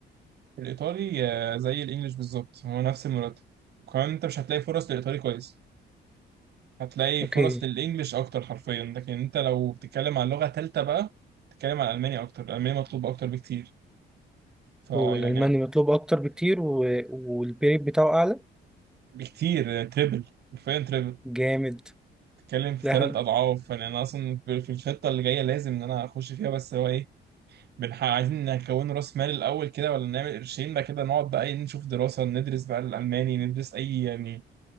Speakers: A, on the right; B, in the centre.
A: الايطالي آه، زي الانجليش بالظبط هو نفس المرتب وكمان انت مش هتلاقي فرص للايطالي كويس هتلاقي
B: اوكي
A: فرص للانجليش اكتر حرفيا لكن انت لو بتتكلم عن لغه ثالثه بقى بتتكلم عن الماني اكتر الالماني مطلوب اكتر بكتير فيعني
B: والالماني مطلوب اكتر بكتير و... والبيت بتاعه اعلى
A: بكتير تريبل حرفيا تريبل
B: جامد
A: بتتكلم في
B: لحن
A: ثلاث اضعاف يعني انا اصلا في في الخطه اللي جايه لازم ان انا اخش فيها بس هو ايه بنح... عايزين نكون راس مال الاول كده ولا نعمل قرشين بقى كده نقعد بقى إيه نشوف دراسه ندرس بقى الالماني ندرس اي يعني